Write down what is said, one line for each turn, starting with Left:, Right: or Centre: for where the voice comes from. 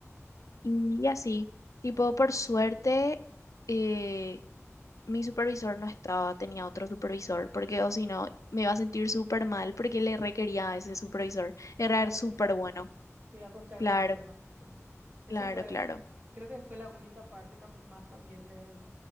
Left: Y así, tipo, por suerte, eh, mi supervisor no estaba, tenía otro supervisor, porque o si no, me iba a sentir súper mal porque le requería a ese supervisor. Era
Right: Te iba a
Left: súper
Right: costar,
Left: bueno.
Right: te iba a costar
Left: Claro,
Right: más, ¿verdad? Sí. Esa
Left: claro,
Right: fue,
Left: claro.
Right: creo que fue la única parte que a mí más también me,